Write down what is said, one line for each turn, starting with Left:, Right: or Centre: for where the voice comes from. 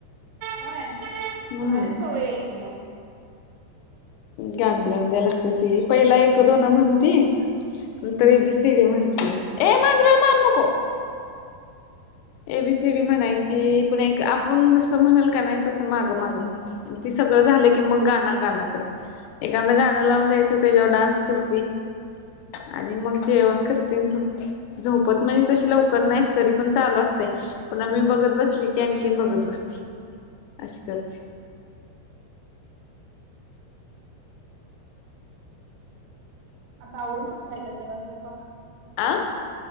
Right: होय
Left: हम्म
Right: भारी सवय याय त मग
Left: गां लावून द्याय लागते ती पहिला एक दोन म्हणती नंतर ए बी सीडी म्हण ए मांजिराला मारनको एबीसीडी म्हणायची पुण एक आपण जसं म्हणेल का नाही तसं मागं मागं माहिती ती सगळं झालं की मग गाण गाना क एखादा गाणं लावून द्यायचं ते जेव्हा डान्स करती आणि मग जेवण करतील झोप झोपत म्हणजे तशी लवकर नाही तरी पण चालू असत पु्हा मी बघत बसली की आणखीन बघत बसची अे करते
Right: आता आवरून बसलाय का सगळळा स्वयंपाक
Left: आ